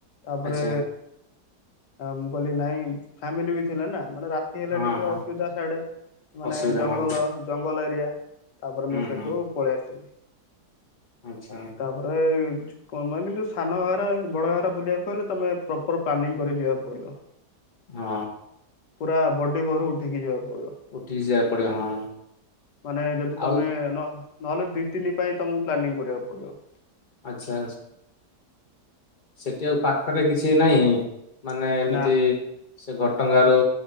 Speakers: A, on the left; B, on the left.
A: ତାପରେ
B: ଆଚ୍ଛା
A: ମୁଁ କହିଲି ନାଇଁ ଫାମିଲି ବି ଥିଲା ନା, ମାନେ ରାତି ହେଲେ
B: ହଁ
A: ଟିକେ
B: ହଁ।
A: ଅସୁବିଧା ସିଆଡେ ମାନେ
B: ଅସୁବିଧା
A: ଜଙ୍ଗଲ
B: ହଁ
A: ଜଙ୍ଗଲ ଏରିଆ ତାପରେ
B: ହୁଁ
A: ମୁଁ ସେଇଠୁ
B: ହୁଁ
A: ପଳେଇ ଆସିଲି।
B: ଆଚ୍ଛା
A: ତାପରେ <unintelligible> ସାନଘାଗେରା ବଡଘାଗେରା ବୁଲିବାକୁ ହେଲେ ତମେ ପ୍ରପର ପ୍ଲାନିଂ କରି ଯିବାକୁ ପଡିବ।
B: ହଁ।
A: ପୁରା ବଡି ଭୋରୁ ଉଠିକି ଯିବାକୁ ପଡିବ।
B: ଉଠିକି ଯିବାକୁ ପଡିବ ହଁ
A: ମାନେ ଯଦି
B: ଆଉ
A: ତମେ ନ ନହେଲେ ଦି ଦିନି ପାଇଁ ତମକୁ ପ୍ଲାନିଂ କରିବାକୁ ପଡିବ।
B: ଆଚ୍ଛା। ସେଠି ଆଉ ପାଖରେ କିଛି ନାହିଁ ମାନେ ଏମିତି
A: ନା
B: ସେ <unintelligible> ରୁ